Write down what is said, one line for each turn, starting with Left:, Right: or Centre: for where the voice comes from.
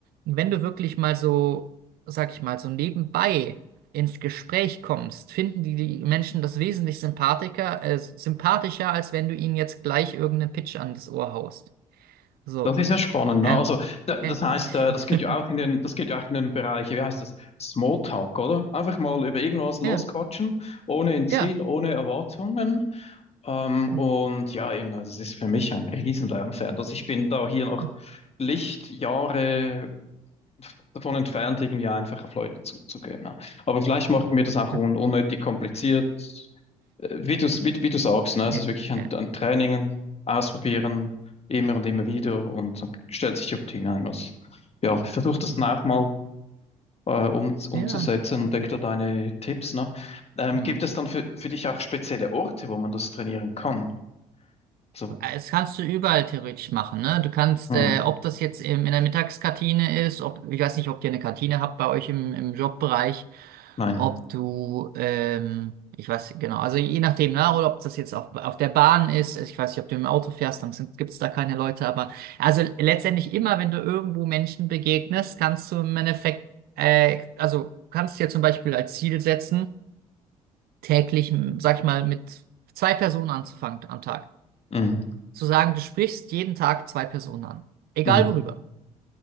Right: wenn du wirklich mal so, sag ich mal, so nebenbei ins Gespräch kommst, finden die, die Menschen das wesentlich sympathiker, äh, sympathischer, als wenn du ihnen jetzt gleich irgendeinen Pitch an das Ohr haust. So.
Left: Das ist ja spannend,
Right: Äh,
Left: ne? Also, da- das
Right: ja,
Left: heißt, äh, das geht
Right: <laughs>
Left: ja auch in den, das geht ja auch in den Bereich, wie heißt das? Smalltalk, oder? Einfach mal über irgendwas losquatschen,
Right: ja,
Left: ohne ein Ziel,
Right: ja,
Left: ohne Erwartungen. Ähm, und
Right: genau.
Left: ja, eben, also das ist für mich ein riesen Lernfeld. Also ich bin da hier noch
Right: ja,
Left: Lichtjahre davon entfernt, irgendwie einfach auf Leute zuzugehen. Ne? Aber vielleicht machen wir das auch
Right: ja,
Left: un unnötig kompliziert äh, wie du's, wie, wie du sagst, ne? Es ist wirklich
Right: ja.
Left: ein,
Right: ja.
Left: ein Training, ausprobieren, immer und immer wieder und dann stellt sich die Routine ein. Was, ja, ich versuche das nach mal äh, um, umzusetzen
Right: Ja.
Left: und denke da deine Tipps, ne? Ähm,
Right: Ja.
Left: gibt es dann für, für dich auch spezielle Orte, wo man das trainieren kann? So,
Right: Das kannst du überall theoretisch machen, ne? Du kannst,
Left: hm,
Right: äh, ob das jetzt im, in der Mittagskantine ist, ob, ich weiß nicht, ob ihr eine Kantine habt bei euch im, im Jobbereich,
Left: nein.
Right: ob du, ähm, ich weiß genau, also je nachdem, ne? Oder ob das jetzt auf, auf der Bahn ist, also ich weiß nicht, ob du im Auto fährst, dann gibt es da keine Leute, aber also letztendlich immer, wenn du irgendwo Menschen begegnest, kannst du im Endeffekt, äh, also kannst dir zum Beispiel als Ziel setzen, täglich, sag ich mal, mit zwei Personen anzufangen am Tag.
Left: Hm,
Right: zu sagen, du sprichst jeden Tag zwei Personen an. Egal
Left: hm.
Right: worüber.